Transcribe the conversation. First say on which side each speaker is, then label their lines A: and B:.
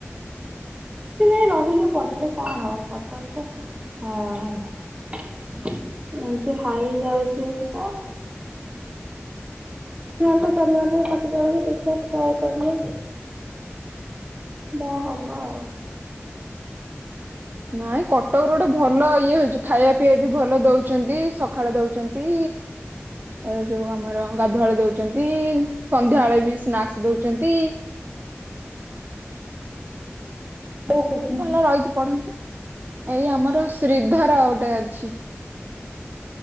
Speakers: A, on the right; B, on the right.
A: ସେ ଯାଇ ରହିକି ପଢିଲେ କଣ ହବ କଟକ ତ ହଁ ଏମତି ହାଇ ଯାଉଛି ହାରି ତ। ଛୁଆଙ୍କ ଚାରିମାସର କଟି ଯାଉଚି ଦେଖିଆ ଟ୍ରାଏ କରି ଏ। ଯାହା ହବ ଆଉ।
B: ନାଇଁ କଟକ ର ଗୋଟେ ଭଲ ଇଏ ହେଇଛି ଖାଇବା ପିଇବା ବି ଭଲ ଦଉଛନ୍ତି ସକାଳେ ଦଉଛନ୍ତି। ଏ ଯୋଉ ଆମର ଗାଧୁଆ ବେଳେ ଦଉଛନ୍ତି ସନ୍ଧ୍ୟାବେଳେ ବି ସ୍ନାକ୍ସ ଦଉଛନ୍ତି।
A: ବୋଉ କୁ।
B: ଭଲ ରହିକି ପଢନ୍ତୁ ଏଇ ଆମର ଶ୍ରୀଧର ଗୋଟେ ଅଛି।